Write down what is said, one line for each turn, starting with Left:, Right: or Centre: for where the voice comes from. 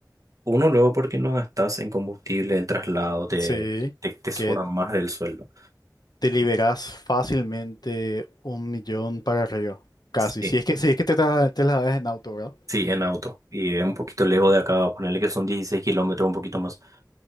Right: uno luego porque no gastas en combustible, el traslado te,
Left: sí,
Right: te, te sobra
Left: que
Right: más del sueldo.
Left: te liberas fácilmente un millón para arriba, casi.
Right: Sí.
Left: Si es que, si es que te, tra- te la das en auto, ¿verdad?
Right: Sí, en auto. Y es un poquito lejos de acá, ponerle que son 16 kilómetros, un poquito más.